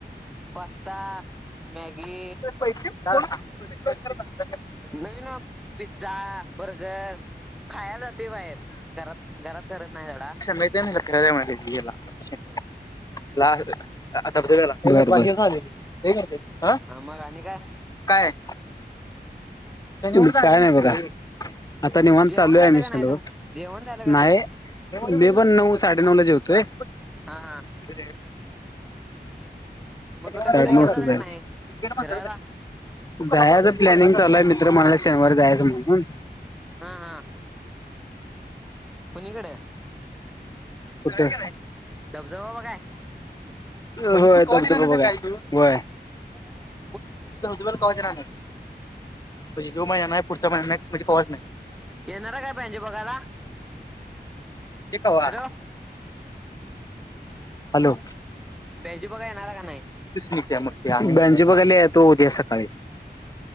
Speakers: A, in the centre; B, on the left (about 20°).
A: पास्ता मॅगी,
B: पैसे <unintelligible>
A: नवीन पिझ्झा, बर्गर, खायला जातोय बाहेर. घरात घरात करत नाही सोडा.
B: माहितेय काय फिरायला जायचय. त्याला धबधब्याला आताच आलोय लय गर्दी आहे.
A: हा मग आणि काय.
B: काय. काय नाही बघा आता निवांत
A: जेवण
B: चाललोय.
A: झालं
B: आम्ही
A: का
B: स्टँडवर
A: नाही तुमच जेवण झालं का
B: नाय
A: नाही
B: मी पण नऊ साडे नऊला जेवतोय.
A: हा हा.
B: हो.
A: मग कुठं
B: साडे
A: फिरायला
B: नऊ वाजता
A: गेलता का
B: जायचं.
A: नाही फिरायला
B: जायचं प्लॅनिंग चालूय मित्र म्हणाला शनिवारी जायचं म्हणून
A: हा हा. कुणीकडे
B: कुठे
A: बजबा <unintelligible>
B: होय बरोबर आहे होय.
A: मतदान
B: तु धबधब्याला कवाच येणार नाहीस म्हणजे ह्यो महिना पुढच्या महिन्यात नाही म्हणजे कवाच नाही.
A: येणार काय बँजो बघायला
B: का
A: हॅलो
B: हॅलो.
A: पहिजू बघा येणार का नाही.
B: तसघ आहे मग तेमहीणजी बघायला येतो होते्या सकाळी